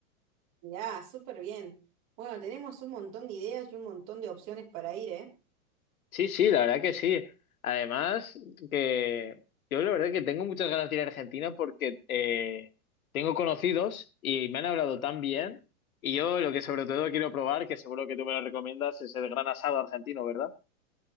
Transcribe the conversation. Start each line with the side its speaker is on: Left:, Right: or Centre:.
Right: Ya, súper bien. Bueno, tenemos un montón de ideas y un montón de opciones para ir, ¿eh?
Left: Sí, sí, la verdad que sí. Además, que yo la verdad que tengo muchas ganas de ir a Argentina porque eh, tengo conocidos y me han hablado tan bien. Y yo lo que sobre todo quiero probar, que seguro que tú me lo recomiendas, es el gran asado argentino, ¿verdad?